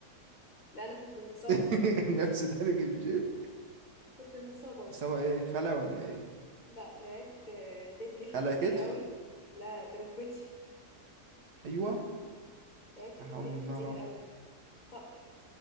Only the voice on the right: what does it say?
<laughs> نفس تلج الجيب
سوا <laughs> ايه خلع ولا ايه
خلع
كتف
ايوه
لا
حول
الله
يا رب